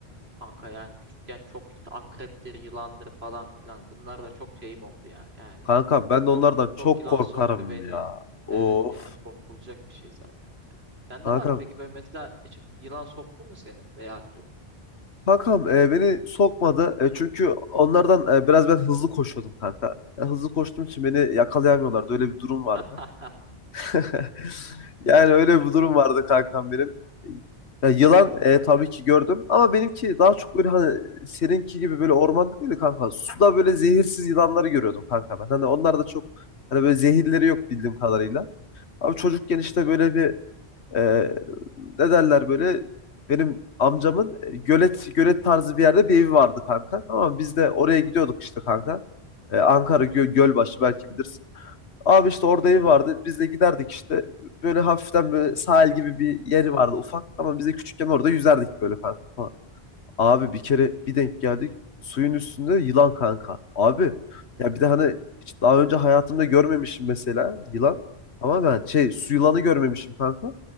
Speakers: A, on the right; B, on the left.
A: kanka yani küçükken çok işte akreptir, yılandır falan filan. Bunlar da çok şeyim oldu ya. Yani
B: Kanka ben de onlardan
A: çok çok
B: çok
A: yılan
B: korkarım
A: soktu beni.
B: ya. Of.
A: Evet ya korkulacak bir şey zaten ya. Sende
B: Kankam.
A: var mı peki böyle mesela hiç yılan soktu mu seni veya akrep?
B: Kankam e, beni sokmadı. E, çünkü onlardan e, biraz ben hızlı koşuyordum kanka. E, hızlı koştuğum için beni yakalayamıyorlardı. Öyle bir durum vardı.
A: <laughs>
B: <laughs> Yani öyle bir durum
A: E?
B: vardı kankam benim. Ya yılan e, tabii ki gördüm ama benimki daha çok böyle hani seninki gibi böyle ormanda değil de kanka. Suda böyle zehirsiz yılanları görüyordum kanka ben. Hani onlar da çok hani böyle zehirleri yok bildiğim kadarıyla. Abi çocukken
A: Hmm.
B: işte böyle bir e, ne derler böyle benim amcamın e, gölet gölet tarzı bir yerde bir evi vardı kanka. Tamam mı? biz de oraya gidiyorduk işte kanka. E, Ankara Gö- Gölbaşı belki bilirsin. Abi işte
A: <laughs>
B: orada
A: Bilirim.
B: ev vardı. Biz de giderdik işte. Böyle hafiften böyle sahil gibi bir yeri vardı ufak. Ama biz de küçükken orada yüzerdik böyle kanka falan. Abi bir kere bir denk geldik. Suyun üstünde yılan kanka. Abi
A: Hmm.
B: ya bir de hani hiç daha önce hayatımda görmemişim mesela yılan. Tamam ben şey su yılanı görmemişim kanka.